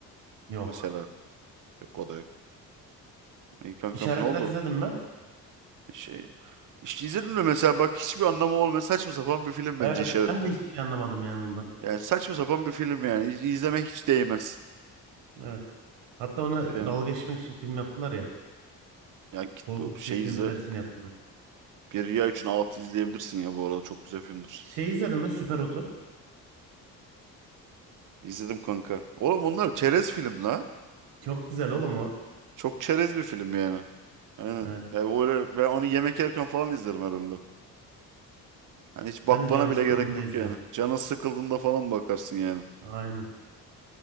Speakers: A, on the right (about 55°); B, on the right (about 40°).
A: Yok.
B: Mesela. Yok o da yok. İyi kankam
A: İşaretler
B: ne oldu?
A: izledin mi?
B: Şey işte izledin mi mesela bak hiçbir anlamı olmayan saçma sapan bir film
A: Evet.
B: bence işaretli.
A: Ben de hiçbir şey anlamadım yani ondan.
B: Yani saçma sapan bir film yani İz- izlemek hiç değmez.
A: Evet. Hatta ona dalga
B: Yani,
A: geçmek için film yaptılar ya.
B: ya git
A: Korkunç
B: bu şey
A: bir film
B: izle.
A: serisini yaptılar.
B: Bir Riya üçün altı izleyebilirsin ya bu arada çok güzel filmdir.
A: Şey izledin mi? Süper Oto.
B: İzledim kanka. Oğlum bunlar çerez film la.
A: Çok güzel oğlum o.
B: Çok çerez bir film yani. Aynen.
A: Evet.
B: Yani öyle ben onu yemek yerken falan izlerim herhalde. Hani hiç bakmana
A: Ben de canım
B: bile
A: sıkıldığında
B: gerek yok
A: izliyorum.
B: yani. Canın sıkıldığında falan bakarsın yani.
A: Aynen.